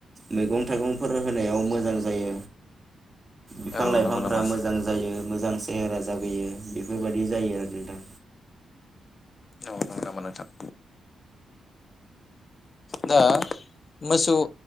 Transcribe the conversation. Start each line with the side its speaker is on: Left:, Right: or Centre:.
Right: मैगं थाइगंफोर होनायाव मोजां जायो बिफां
Left: औ
Right: लाइफांफ्रा
Left: नंगौ नामा
Right: मोजां जायो मोजां सेहेरा जाबोयो बेफोरबायदि बि जायो आरो नोंथां
Left: औ नंगौ नामा नोथां दा मोसौ